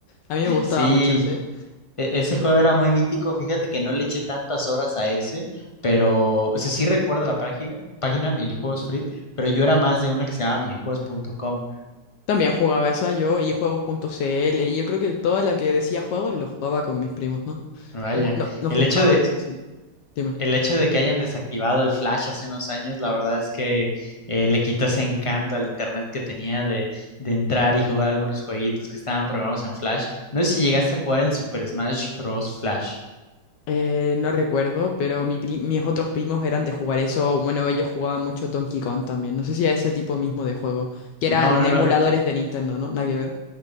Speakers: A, on the left (about 85°); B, on the left (about 30°).
A: A mí me gustaba
B: Sí,
A: mucho ese.
B: E- Ese juego era muy mítico, fíjate que no le eché tantas horas a ese, pero, o sea, sí recuerdo la página, página Minijuegos Free, pero yo era más de una que se llama minijuegos.com.
A: También jugaba esa yo y juegos.cl. Y yo creo que todo lo que decía juegos lo jugaba con mis primos, ¿no?
B: Vaya,
A: Ju- No, nos
B: el
A: gustaba,
B: hecho de,
A: eso sí. Dime.
B: el hecho de que hayan desactivado el Flash hace unos años, la verdad es que eh, le quitó ese encanto al internet que tenía de, de entrar y jugar algunos jueguitos que estaban programados en Flash. No sé si llegaste a jugar el Super Smash Bros. Flash.
A: Eh, no recuerdo, pero mi pri- mis otros primos eran de jugar eso. Bueno, ellos jugaban mucho Donkey Kong también. No sé si a ese tipo mismo de juego, que
B: No,
A: eran
B: no,
A: emuladores
B: no,
A: de Nintendo, ¿no? Nada que ver.